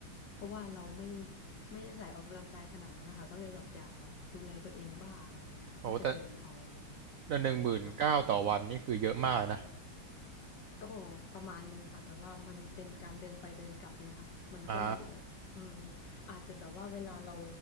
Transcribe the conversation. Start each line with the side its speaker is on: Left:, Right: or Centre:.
Left: เพราะว่าเราไม่ไม่ได้ใส่ออกกำลังกายขนาดนั้นนะคะก็เลยแบบอยากแบบดูแลตัวเองบ้างอะไรอย่างเงี้ยค่ะก็จะเดินเอาอะไรอย่างเงี้ย
Right: โหแต่แต่หนึ่งหมื่นเก้าต่อวันนี่คือเยอะมากนะ
Left: ค่ะ ก็ประมาณนึงค่ะแต่ว่ามันเป็นการเดินไปเดินกลับเนี่ยค่ะมันก็เลยแบบอืม
Right: อ่า
Left: อาจจะแบบว่าเวลาเรา